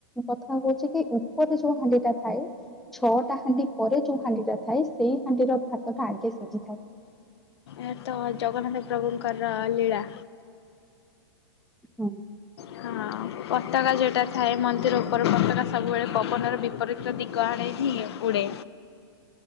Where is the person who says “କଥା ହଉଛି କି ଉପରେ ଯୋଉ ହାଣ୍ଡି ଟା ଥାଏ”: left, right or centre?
Centre